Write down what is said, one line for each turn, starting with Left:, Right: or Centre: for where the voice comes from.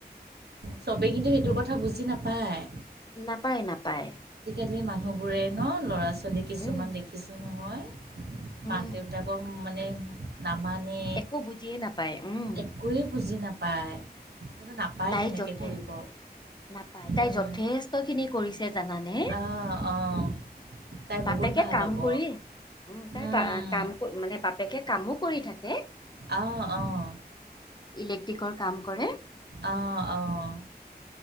Right: চবে কিন্তু সেইটো কথা বুজি নাপায়।
Left: নাপায় নাপায়।
Right: আ মানুহ বোৰে ন ল'ৰা ছোৱালী কিছুমান
Left: উম
Right: দেখিছো নহয়।
Left: উম
Right: মাক দেউতাকৰ মানে মানে
Left: একো বুজিয়ে নাপায় উম
Right: একোৱেই বুজি নাপায়। কিন্তু নাপায়
Left: তাই
Right: তেনেকে
Left: যথে
Right: কৰিব।
Left: নাপায় তাই
Right: উম,
Left: যথেষ্ট খিনি কৰিছে জানানে?
Right: অঁ অঁ তাই
Left: বাপেকে
Right: বহুত ভাল
Left: কাম
Right: হ'ব
Left: কৰি উম তাই
Right: উম,
Left: বা কাম মানে বাপেকে কামো কৰি থাকে।
Right: অঁ অঁ
Left: ইলেক্ট্ৰিকৰ কাম কৰে।
Right: আহ আহ